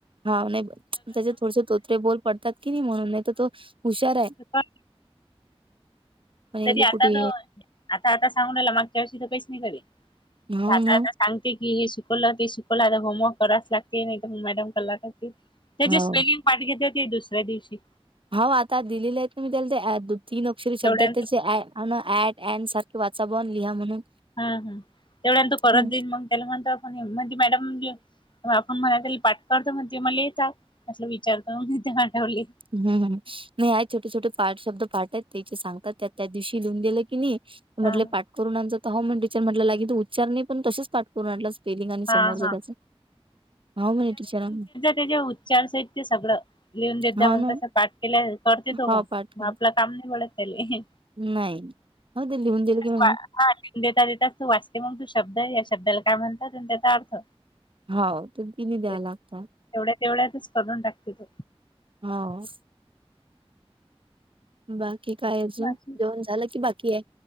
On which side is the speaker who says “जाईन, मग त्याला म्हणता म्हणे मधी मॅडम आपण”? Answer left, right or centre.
Left